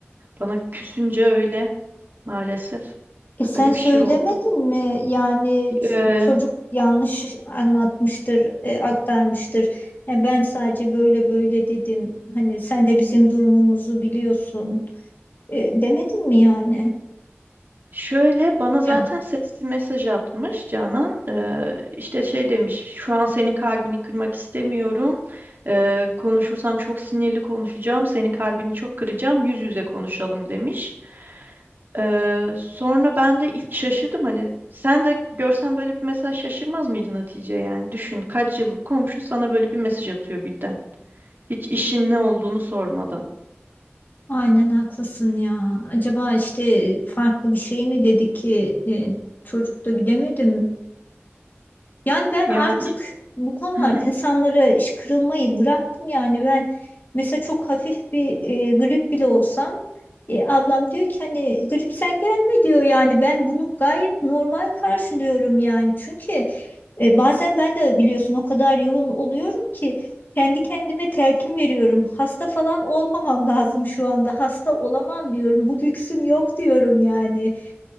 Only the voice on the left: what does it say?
E sen
söylemedin
mi? Yani
ç- çocuk yanlış anlatmıştır, e, aktarmıştır. Ya ben sadece böyle böyle dedim. Hani sen de bizim durumumuzu biliyorsun. E, demedin mi yani?
Can,
aynen haklısın ya. Acaba işte farklı bir şey mi dedi ki e, çocuk da bilemedim. Yani ben
artık bu konularda
insanlara iş kırılmayı bıraktım. Yani ben mesela çok hafif bir e, grip bile olsam e, ablam diyor ki hani grip sen gelme diyor yani ben bunu gayet normal karşılıyorum yani. Çünkü e, bazen ben de biliyorsun o kadar yoğun oluyorum ki kendi kendime telkin veriyorum. Hasta falan olmamam lazım şu anda hasta olamam diyorum bu lüksüm yok diyorum yani.